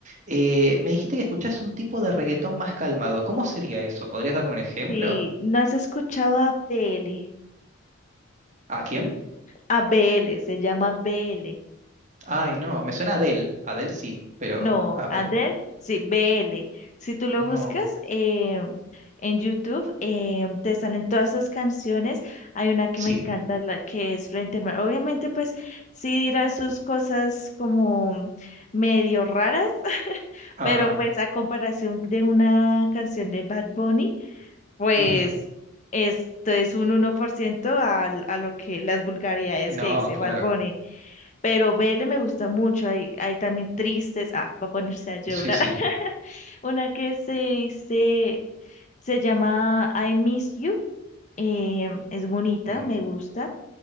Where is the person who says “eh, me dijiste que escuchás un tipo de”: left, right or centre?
Right